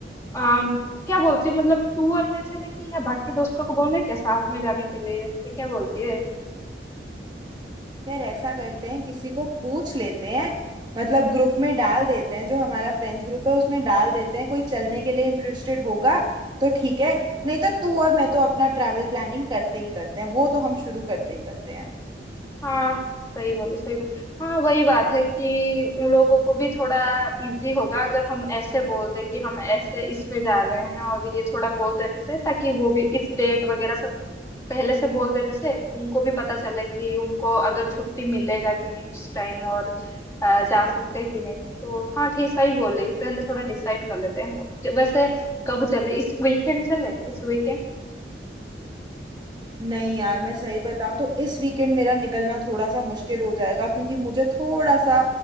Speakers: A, on the left (about 15°); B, on the right (about 25°).
A: अम, क्या बोलती मतलब तू और मैं चलेंगे या बाकी दोस्तों को बोले क्या साथ में जाने के लिए ये क्या बोलती है
B: यार ऐसा करते हैं किसी को पूछ लेते हैं मतलब ग्रुप में डाल देते हैं जो हमारा फ्रेंड्स ग्रुप है उसमें डाल देते हैं कोई चलने के लिए इंटरेस्टेड होगा तो ठीक है नहीं तो तू और मैं तो अपना ट्रैवल प्लानिंग करते ही करते हैं वो तो हम शुरू करते ही करते हैं
A: हाँ सही बोले सही बोले हाँ वही बात है कि उन लोगों को भी थोड़ा इजी होगा अगर हम ऐसे बोल दे कि हम ऐसे इसमें जा रहे हैं और ये थोड़ा बोल देने से ताकि वो भी इस डेट वगैरह सब पहले से बोल देने से उनको भी पता चले कि उनको अगर छुट्टी मिलेगा कि नहीं उस टाइम और अ, जा सकते हैं कि नहीं तो हाँ ठीक सही बोले पहले थोड़ा डिसाइड कर लेते हैं वैसे कब चले इस वीकेंड चले इस वीकेंड
B: नहीं यार मैं सही बताऊं तो इस वीकेंड मेरा निकलना थोड़ा सा मुश्किल हो जाएगा क्योंकि मुझे थोड़ा सा